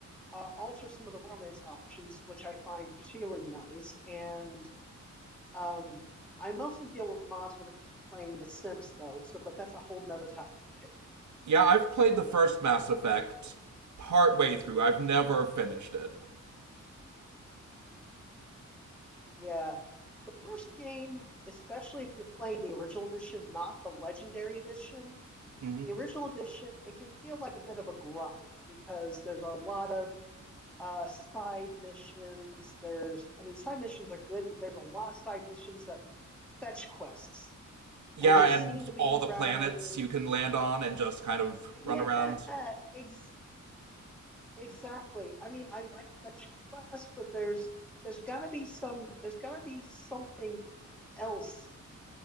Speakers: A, in the centre; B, on the right (about 70°).
A: uh, alter some of the romance options, which I find particularly nice. And um, I mostly deal with mods when it comes to playing The Sims, though. So, but that's a whole nother topic.
B: Yeah, I've played the first Mass Effect partway through. I've never finished it.
A: Yeah, the first game, especially if you're playing the original edition, not the Legendary edition.
B: hmm
A: The original edition, it can feel like a bit of a grind because there's a lot of uh side missions there's i mean side missions are good but there's a lot of side missions that fetch quests
B: Yeah,
A: and they
B: and
A: seem to be
B: all
A: rather
B: the planets you can land on and just kind of
A: yeah
B: run around.
A: ex- exactly i mean i like fetch quests but there's there's got to be some there's got to be something else